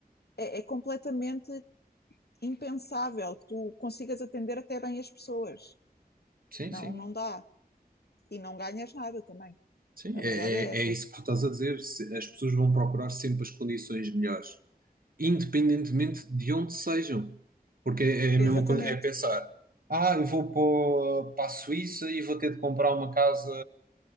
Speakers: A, on the left; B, on the right.
A: É, é completamente impensável que tu consigas atender até bem as pessoas.
B: sim,
A: Não,
B: sim,
A: não dá. E não ganhas nada também.
B: sim.
A: A
B: É,
A: verdade
B: é,
A: é essa.
B: é isso que tu estás a dizer. Se- As pessoas vão procurar sempre as condições melhores, independentemente de onde sejam. Porque é é a
A: Exatamente,
B: mesma coisa, é pensar, ah, eu vou para, para a Suíça e vou ter de comprar uma casa,